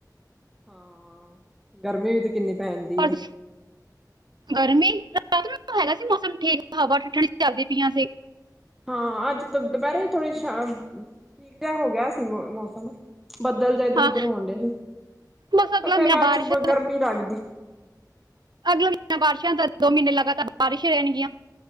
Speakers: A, in the centre; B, on the right (about 80°).
A: ਹਾਂ ਗਰਮੀ ਵੀ ਤੇ ਕਿੰਨੀ ਪੈਣ‌ ਡਈ
B: ਪਰ
A: ਏ
B: ਗਰਮੀ ਰਾਤ ਨੂੰ ਤਾਂ ਹੈਗਾ ਸੀ ਮੌਸਮ ਠੀਕ ਹਵਾ ਠੰਢੀ ਚੱਲਦੀ ਪਈਆਂ ਸੀ
A: ਹਾਂ ਅੱਜ ਦੁਪਹਿਰੇ ਥੋੜ੍ਹੀ ਛਾਂ ਅ ਠੀਕ ਜਿਹਾ ਹੋ ਗਿਆ ਸੀ ਮ ਮੌਸਮ ਬੱਦਲ ਜਾ ਇੱਧਰ
B: ਹਾਂ
A: ਉਧਰ ਹੋਣ ਡਿਆ ਸੀ
B: ਬਸ ਅਗਲਾ
A: ਫੇਰ
B: ਮਹੀਨਾ
A: ਬਾਅਦ
B: ਬਾਰਿਸ਼
A: ਚੋ ਗਰਮੀ ਲੱਗਦੀ
B: ਅਗਲਾ ਮਹੀਨਾਂ ਬਾਰਿਸ਼ਾਂ ਦਾ ਦੋ ਮਹੀਨੇ ਲਗਾਤਾਰ ਬਾਰਿਸ਼ਾਂ ਹੀ ਰਹਿਣਗੀਆਂ